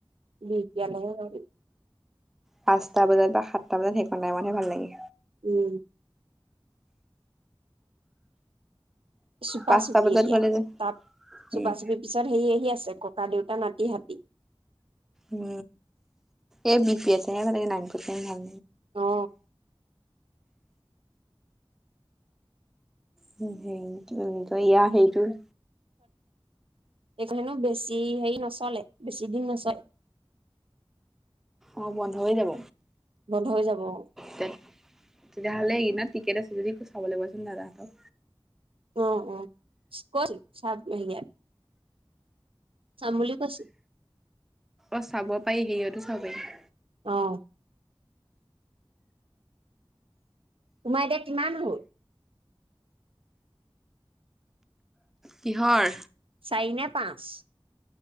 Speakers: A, on the right (about 70°); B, in the centre.
A: বিকিয়ালেহে যাবি
B: পাঁচটা বজাত পা সাতটা বজাত সেইকন টাইমতহে ভাল লাগে
A: উম চুপা
B: পাঁচটা
A: চুপি
B: বজাত
A: এতিয়া
B: গ'লে যে
A: তাত চুপা
B: উম
A: চুপিৰ পিছত সেই আহি আছে ককা দেউতা নাতি হাতী
B: উম এই বিপি আছে মানে নাঙটোতে ভাঙ
A: অ
B: তো এইটো ইয়া সেইটোহে
A: সেইখন হেনো বেছি হেৰি নচলে বেছি দিন নাচাই
B: অ বন্ধ হৈ যাব
A: বন্ধ হৈ যাব অ
B: তে তেতিয়াহ'লে ইনত টিকেট আছে যদি চাব লবাচোন দাদাহঁতক
A: অ অ ইচ কছ চাম হেৰিয়াত চাম বুলি কৈছো
B: অ চাব পাৰি সেইয়তো চাব পাই
A: অ তোমাৰ এতিয়া কিমান হ'ল
B: কিহৰ
A: চাৰি নে পাঁচ